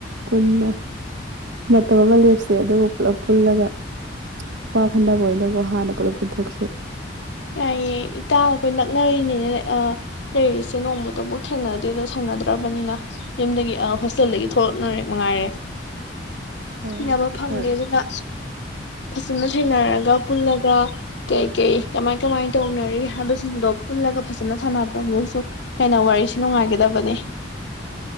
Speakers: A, on the right; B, on the left.
A: ꯄꯨꯟꯅ ꯃꯇꯝ ꯑꯃ ꯂꯦꯞꯁꯦ ꯑꯗꯨ ꯄꯨꯂꯞ ꯄꯨꯜꯂꯒ ꯋꯥꯈꯟꯅꯕ ꯑꯣꯏꯅꯀꯣ ꯍꯥꯟꯅ ꯄꯨꯂꯞ ꯄꯨꯟꯊꯣꯛꯁꯦ
B: ꯌꯥꯏꯌꯦ ꯏꯇꯥꯅ ꯑꯩꯈꯣꯏ ꯅꯛꯅꯔꯤꯅꯤꯅꯦ ꯑ ꯂꯩꯔꯤꯁꯦ ꯅꯣꯡꯃꯇꯕꯨ ꯊꯦꯡꯅꯗꯦꯗꯣ ꯁꯪꯅꯗ꯭ꯔꯕꯅꯤꯅ ꯌꯨꯝꯗꯒꯤ ꯍꯣꯁꯇꯦꯜꯗꯒꯤ ꯊꯣꯛꯂꯛꯅꯔꯦ ꯃꯉꯥꯏꯔꯦ
A: ꯑꯣ
B: ꯇꯤꯅꯕ ꯐꯪꯗꯦ
A: ꯍꯣꯏ
B: ꯑꯗꯨꯅ ꯐꯖꯅ ꯊꯦꯡꯅꯔꯒ ꯄꯨꯜꯂꯒ ꯀꯩ ꯀꯩ ꯀꯃꯥꯏ ꯀꯃꯥꯏ ꯇꯧꯅꯔꯤ ꯍꯥꯏꯕꯁꯤꯡꯗꯣ ꯄꯨꯜꯂꯒ ꯐꯖꯅ ꯁꯥꯟꯅꯕ ꯑꯗꯨꯁꯨ ꯍꯦꯟꯅ ꯋꯥꯔꯤꯁꯦ ꯅꯨꯡꯉꯥꯏꯒꯗꯕꯅꯦ <inaudible>